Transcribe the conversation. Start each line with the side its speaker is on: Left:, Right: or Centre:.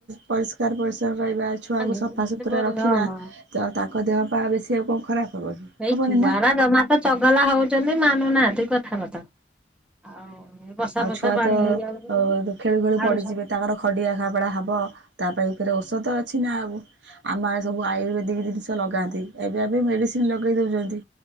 Right: ପରିଷ୍କା ଷ୍କାର ପରିଚ୍ଛନ୍ନ ରହିବା, ଛୁଆଙ୍କୁ
Centre: ହଁ
Right: ସଫାସୁତରା ରଖିବା,
Centre: ମା
Right: ତ ତାଙ୍କ ଦେହପା ବେଶୀ ଆଉ କଣ ଖରାପ ହବ କି?
Centre: ହେଇ
Right: ହବନି
Centre: ଛୁଆ
Right: ନା
Centre: ଗୁରା ଜମା ତ ଚଗଲା ହଉଛନ୍ତି ମାନୁନାହାଁନ୍ତି କଥା ବାର୍ତ୍ତା ଆଉ ବର୍ଷା
Right: ଆଉ
Centre: ବର୍ଷା
Right: ଛୁଆ
Centre: ପାଣି
Right: ତ
Centre: ହେଇଯାଉଛନ୍ତି
Right: ଅ ଖେଳୁ ଖେଳୁ
Centre: ଆଡୁ
Right: ପଡିଯିବେ
Centre: ସା
Right: ତାଙ୍କର ଖଣ୍ଡିଆ ଖାବଡା ହବ ତା ପାଇଁ ଫେରେ ଔଷଧ ଅଛି ନା ଆଉ। ଆମଆଡେ ସବୁ ଆୟୁର୍ବେଦିକ ଜିନିଷ ଲଗାନ୍ତି, ଏବେ ଏବେ ମେଡିସି ଲଗେଇ ଦଉଚନ୍ତି,